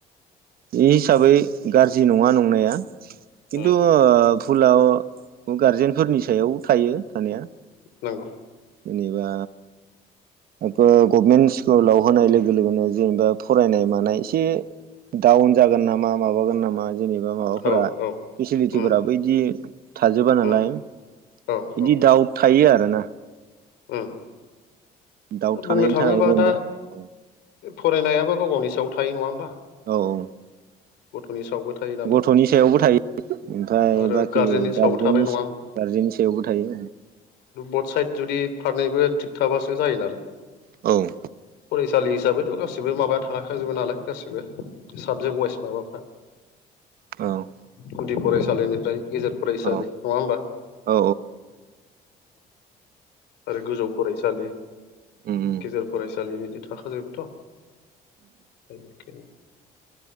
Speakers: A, on the right; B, on the left.
A: बे हिसाबै गाज्रि नङा नंनाया। खिन्थु
B: उम
A: भुलाव गारजेनफोरनि सायाव थायो थानाया।
B: नांगौ
A: जेनबा बे गभमेन्ट स्कुलाव होनाय लोगो लोगोनो जेनेबा फरायनाय मानाय एसे डाउन जागोन
B: उम
A: नामा माबागोन नामा जेनेबा माबाफोरा
B: औ औ
A: फेसिलिटिफोरा
B: उम
A: बै बिदि थाजोबा नालाय
B: उम
A: बिदि
B: औ औ
A: दाउट थायो आरोना।
B: उम
A: दाउ थानायनि
B: बुंनो थाङोबा
A: थाखाय जेनेबा
B: दा
A: औ
B: फरायनायाबो गाव गावनि सायाव थायो नङा होमबा?
A: औ औ
B: गथ'नि सायावबो थायो नालाय
A: गथ'नि सायावबो थायो। ओमफ्राय
B: आरो
A: बाखि गारजेननि
B: सायाव थाबाय नङा
A: गार्जेननि सायावबो थायो।
B: बड साइड जुदि फारनैबो थिग थाबासो जायो नालाय।
A: औ
B: फरायसालि हिसाबैथ' गासिबो माबाया थाखाखाजोबो नालाय गासिबो। साबजेक्ट वाइस माबाफ्रा।
A: औ
B: गुदि फरायसालिनिफ्राय गेजेर फरायसालि
A: औ
B: नङा होमबा
A: औ
B: आरो गोजौ फरायसालि
A: होमबा
B: गेजेर फरायसालि बिदि थाखाजोबोथ'खायनो